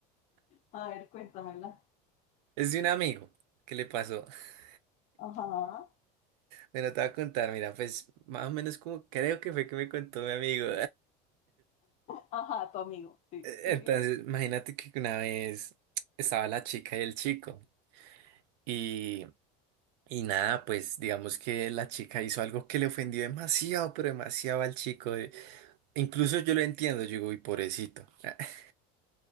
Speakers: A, on the left; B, on the right.
A: A ver, cuéntamela.
B: Es de un amigo que le pasó. <laughs>
A: Ajá,
B: Bueno, te voy a contar, mira, pues más o menos como creo que fue que me contó mi amigo.
A: ajá, tu amigo,
B: <laughs>
A: sí,
B: Entonces,
A: sí,
B: imagínate que una vez estaba la chica y el chico. y Y nada, pues digamos que la chica hizo algo que le ofendió demasiado, pero demasiado al chico. eh. Incluso yo lo entiendo, yo digo, uy, pobrecito. <laughs>